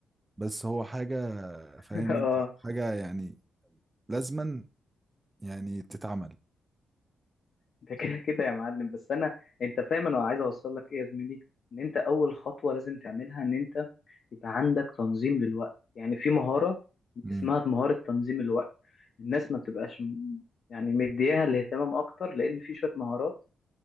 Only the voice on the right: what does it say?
بس هو حاجة فاهم
انت حاجة يعني لازما يعني تتعمل
مم.